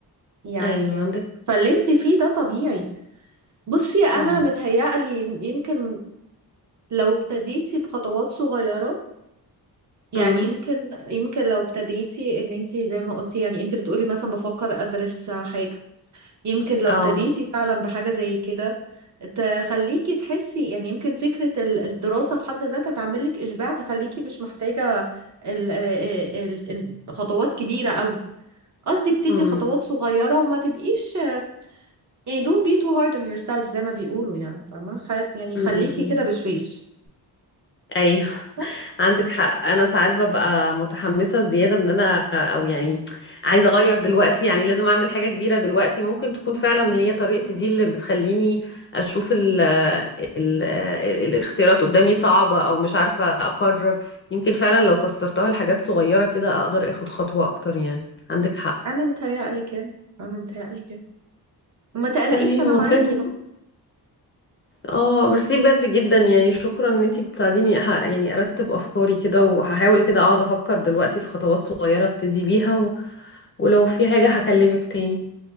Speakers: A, on the right; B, on the left.
A: يعني
B: ايوه عندك
A: فاللي انت فيه ده طبيعي بصي انا
B: امم
A: متهيألي يمكن لو ابتديتي بخطوات صغيرة يعني
B: امم
A: يمكن يمكن لو ابتديتي ان انت زي ما قلتي يعني انت بتقولي مثلا بفكر ادرس حاجة يمكن لو
B: اه
A: ابتديتي فعلا بحاجة زي كده تخليكي تحسي يعني يمكن فكرة ال- الدراسة في حد ذاتها تعمل لك إشباع تخليكي مش محتاجة ال- ال- ال- خطوات كبيرة قوي قصدي ابتدي
B: امم
A: خطوات صغيرة وما تبقيش يعني don't be too hard on yourself زي ما بيقولوا يعني فاهمة خد- يعني
B: امم
A: خليكي
B: امم.
A: كده بشويش
B: ايوه
A: بس
B: عندك حق انا ساعات ببقى متحمسه زياده ان انا او يعني عايزه اغير دلوقتي يعني لازم اعمل حاجه كبيره دلوقتي ممكن تكون فعلا هي طريقتي دي اللي بتخليني اشوف ال ال الاختيارات قدامي صعبه او مش عارفه اقرر يمكن فعلا لو كسرتها لحاجات صغيره كده اقدر اخد خطوه اكتر يعني عندك حق
A: أنا متهيألي كده أنا متهيألي كده وما تقلقيش
B: تمام
A: أنا
B: والله
A: معاكي بقى
B: اه ميرسي بجد جدا يعني شكرا ان انتي بتساعديني أح- يعني ارتب افكاري كده وهحاول كده اقعد افكر دلوقتي في خطوات صغيره ابتدي بيها ولو في حاجة هكلمك تاني